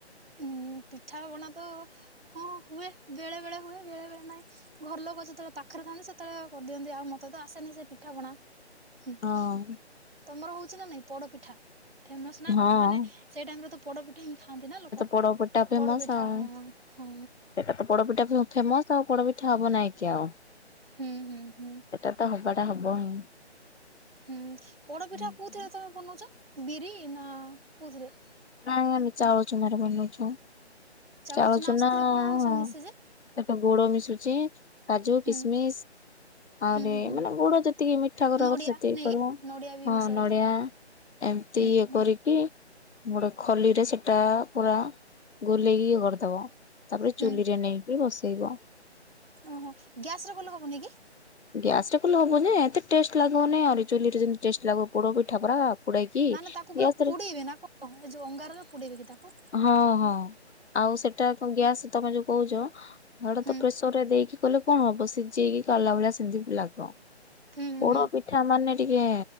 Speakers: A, on the right; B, on the left.
A: ଉଁ ପିଠାପଣା ତ ହଁ ହୁଏ, ବେଳେ ବେଳେ ହୁଏ ବେଳେ ବେଳେ ନାହିଁ। ଘର ଲୋକ ଯେତେବେଳେ ପାଖରେ ଥାନ୍ତି ସେତେବେଳେ କରିଦିଅନ୍ତି ଆଉ ମତେ ତ ଆସେନି ସେ ପିଠାପଣାଁ।
B: ହଁ।
A: ତମର ହଉଛି ନା ନାଇଁ ପୋଡପିଠା, ଫେମସ ନା
B: ହଁ
A: ମାନେ ସେଇ ଟାଇମ ରେ ତ ପୋଡପିଠା ହିଁ ଖାଆନ୍ତି ନା ଲୋକ।
B: ପୋଡପିଠା ଫେମସ୍
A: ପୋଡ ପିଠା
B: ଆଉ
A: ହଁ
B: ସେଇଟା
A: ହଁ
B: ତ ପୋଡପିଠା <unintelligible> ଖା ଫେମସ ଆଉ ପୋଡପିଠା ହବ ନାଇଁ କି ଆଉ
A: ହୁଁ ହୁଁ ହୁଁ
B: ସେଇଟା ତ ହବାଟା ହବ ହିଁ।
A: ହୁଁ ପୋଡପିଠା
B: ହୁଁ।
A: କୋଉଥିରେ ତମେ ବନଉଛ ବିରି ନା କୋଉଥିରେ?
B: ନାଇଁ ନାଇଁ ଚାଳଛୁ ମର ବନୁଛୁ
A: ଚାଉଳ
B: ଚାଉଛୁ
A: ଚୁନା ଆଉ
B: ନା
A: ସେଥିରେ କଣ କଣ
B: ସେଥି
A: ସବୁ ମିଶେ ଯେ?
B: ଗୋଡ ମିଶୁଚି କାଜୁ
A: ହୁଁ
B: କିସମିସ। ଆହୁରି
A: ହୁଁ ହୁଁ ହୁଁ
B: ମାନେ ଗୋଡ ଯେତିକି ମିଠା କର
A: ନଡିଆ
B: କଥା ସେତିକି
A: ନାଇକି
B: କରିବ
A: ନଡିଆ ବି
B: ହଁ
A: ମିଶେ ବୋଧେ।
B: ନଡିଆ ଏମତି
A: ହୁଁ
B: ଇଏ
A: ହୁଁ
B: କରିକି ଗୋଟେ ଖଲିରେ ସେଟା ପୁରା ଗୋଲେଇକି କରିଦବ ତାପରେ
A: ହୁଁ
B: ଚୁଲିରେ ନେଇକି ବସେଇବ।
A: ଓହୋ ଗ୍ୟାସ ରେ କଲେ ହବନି କି?
B: ଗ୍ୟାସରେ କଲେ ହବ ଯେ ଏତେ ଟେଷ୍ଟ ଲାଗିବନି ଆହୁରି ଚୁଲିରେ ଯେତି ଟେଷ୍ଟ ଲାଗିବ ପୋଡ ପିଠା ପରା। ପୋଡେଇକି
A: ମାନେ ତାକୁ ପୁରା
B: ଗ୍ୟାସରେ
A: ପୋଡେଇବେ ନା କଣ ଏ ଯୋଉ ଅଙ୍ଗାରରେ ପୋଡେଇବେ କି ତାକୁ
B: ହଁ ହଁ ଆଉ ସେଟା ଗ୍ୟାସ୍ ତମେ ଯୋଉ କହୁଛ ଡା
A: ହୁଁ
B: ତ ପ୍ରେସର ରେ ଦେଇକି କଲେ କଣ ହବ ସିଝେଇକି କାଢିଲା ଭଳିଆ ସେମିତି ଲାଗ
A: ହୁଁ
B: ପୋଡ
A: ହୁଁ
B: ପିଠା ମାନେ ଟିକେ